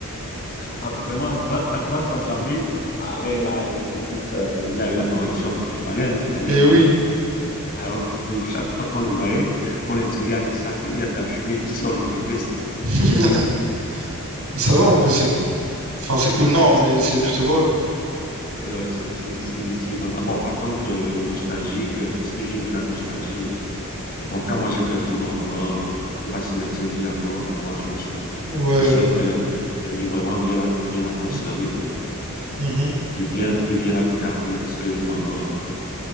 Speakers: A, on the left; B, on the right.
A: à vraiment à grandes, à grandes enjambées. Ah ben là, écoute, euh, il a eu la correction qu'il fallait. hein. C'est-à-dire
B: Et <laughs> oui,
A: que, alors, de chaque fois qu'on le voyait, on l'intriguait avec ça, qu'il y a de la fumée qui sort de tes fesses.
B: <laughs> ça va en vrai, c'est cool. Enfin, c'est cool, non,
A: Ouais,
B: mais
A: ça-
B: c'est plutôt drôle.
A: c'est ouais, c'est- c'est- c'est- c'est vraiment... Bon, par contre, euh, nostalgique, euh, parce que j'ai vu la nostalgie euh, Bon, quand moi j'ai perdu ma maman, euh, je sais pas si la tienne vit encore, vraiment, je la souhaite.
B: Ouais.
A: Je te souhaite euh, de, de vraiment bien la, bien la conserver,
B: mm, mhm,
A: de bien, de bien la garder, parce qu'une maman, euh,